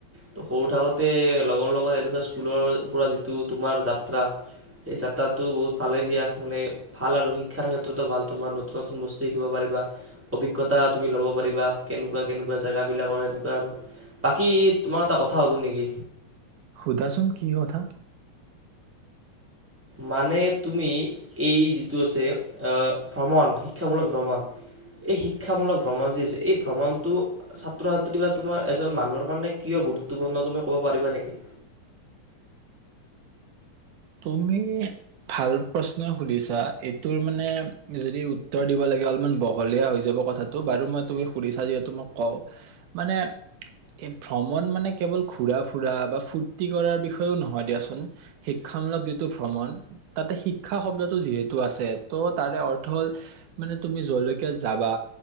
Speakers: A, in the centre; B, on the right.
A: ত সৰু থাকোতে লগৰ লগত এনেকুৱা স্কুলৰ পৰা যি টো তোমাৰ যাত্ৰা এই যাত্ৰাটো বহুত ভালে দিয়া <unintelligible> ভাল আৰু শিক্ষাৰ ক্ষেত্ৰতো ভাল তোমাৰ নতুন নতুন বস্তু শিকিব পাৰিবা অভিজ্ঞতা তুমি ল'ব পাৰিবা কেনেকুৱা কেনেকুৱা জেগাবিলাকৰ সেনেকুৱা আৰু বাকী তোমাক এটা কথা সুধো নেকি
B: সুধাচোন কি কথা
A: মানে তুমি এই যিটো আছে আহ ভ্ৰমণ শিক্ষামূলক ভ্ৰমণ এই শিক্ষামূলক ভ্ৰমণ যি আছে এই ভ্ৰমণটো ছাত্ৰ ছাত্ৰী বা তোমাৰ এজন মানুহৰ কাৰণে কিয় গুৰুত্বপূৰ্ণ তুমি ক'ব পাৰিবা নেকি
B: তুমি ভাল প্ৰশ্নই সুধিছা এইটোৰ মানে যদি উত্তৰ দিব লাগে অলপমান বহলীয়া হৈ যাব কথাটো বাৰু মই তুমি সুধিছা যিহেতু মোক কওঁ মানে ভ্ৰমণ মানে কেৱল ঘূৰা ফুৰা বা ফূুৰ্তি কৰাৰ বিষয়েও নহয় দিয়াচোন শিক্ষামূলক যিটো ভ্ৰমণ তাতে শিক্ষা শব্দটো যিহেতু আছে ত তাৰে অৰ্থ হ'ল মানে তুমি যলৈকে যাবা